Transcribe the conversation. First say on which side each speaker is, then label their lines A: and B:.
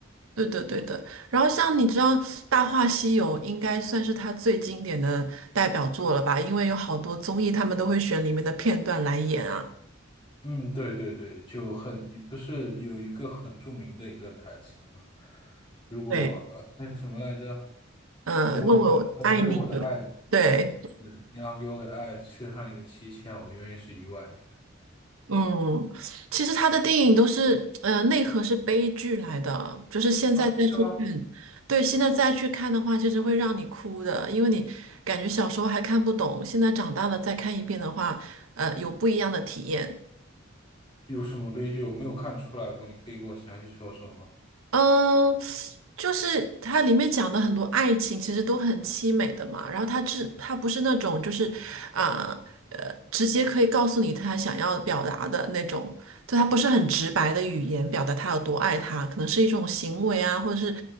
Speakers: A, on the right; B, on the left.
A: 对的，对的。然后像你知道，《大话西游》应该算是他最经典的代表作了吧？因为有好多综艺，他们都会选里面的片段来演啊。
B: 嗯，对对对，就很，不是有一个很著名的一段台词吗？如果那是什么来着？
A: 对，嗯，
B: 如果你为为我的爱，
A: 呃问我爱你的对，
B: 对，你要给我的爱缺上一个七千，我愿意是一万年
A: 嗯，其实他的电影都是，呃，内核是悲剧来的，就是现在再去看，
B: 啊，是吗？
A: 对，现在再去看的话，其实会让你哭的，因为你感觉小时候还看不懂，现在长大了再看一遍的话，呃，有不一样的体验。
B: 有什么悲剧我没有看出来过？你可以给我详细说说吗？
A: 嗯，就是它里面讲的很多爱情，其实都很凄美的嘛。然后它是它不是那种就是啊呃，直接可以告诉你他想要表达的那种，就他不是很直白的语言表达他有多爱他，可能是一种行为啊，或者是